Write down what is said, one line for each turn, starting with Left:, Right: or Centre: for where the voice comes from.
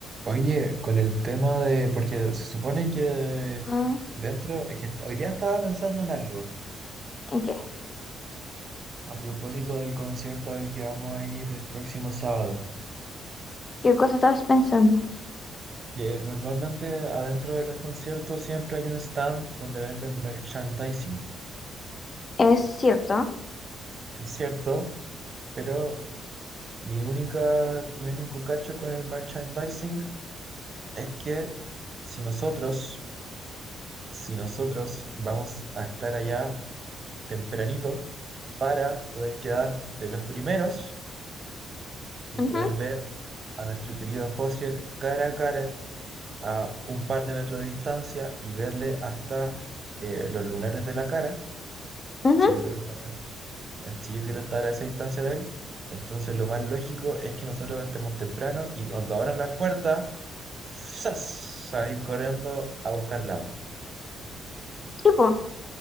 Right: Oye, con el tema de, porque se supone que
Left: Mm,
Right: dentro, es que est- hoy día estaba pensando en algo
Left: ¿En qué?
Right: a propósito del concierto al que vamos a ir el próximo sábado.
Left: ¿Qué cosa estabas pensando?
Right: Que normalmente adentro de los conciertos siempre hay un stand donde venden merchandising.
Left: Es cierto.
Right: Es cierto, pero mi única, mi único cacho con el merchandising es que si nosotros, si nosotros vamos a estar allá tempranito para poder quedar de los primeros y
Left: Ujú,
Right: poder ver a nuestro querido Hosier cara a cara a un par de metros de distancia y verle hasta eh, los lunares de la cara.
Left: ujú,
Right: Si yo quiero estar a, si yo quiero estar a esa distancia de él, entonces lo más lógico es que nosotros estemos temprano y cuando abran las puertas, ¡zas! salir corriendo a buscar lado.
Left: Tipo.